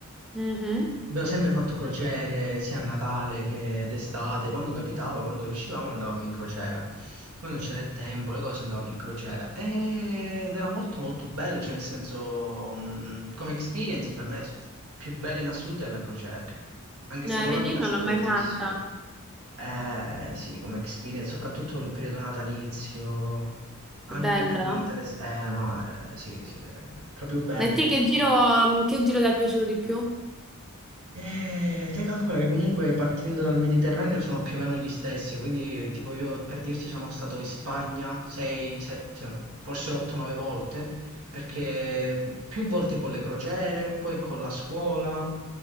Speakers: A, in the centre; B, on the right (about 80°).
A: Mhm.
B: Abbiamo sempre fatto crociere sia a Natale che d'estate, quando capitava, quando riuscivamo andavamo in crociera. Quando c'era il tempo, le cose andavamo in crociera E- ed era molto molto bello, cioè nel senso, mh, come experience per me più bella in assoluto è la crociera, anche
A: Eh,
B: se mo non
A: vedi,
B: ne faccio
A: non l'ho
B: da
A: mai
B: tantissimo.
A: fatta.
B: Eh sì, come experience, soprattutto il periodo natalizio,
A: È
B: anche
A: bello.
B: durante le... Eh no, eh, sì, sì, è proprio bello.
A: E te
B: Eh,
A: che giro, che giro ti è piaciuto di più?
B: eh, te calcola che comunque partendo dal Mediterraneo sono più o meno gli stessi, quindi eh, tipo io per dirti sono stato in Spagna 6, 7, forse 8-9 volte, perché più volte con le crociere, poi con la scuola,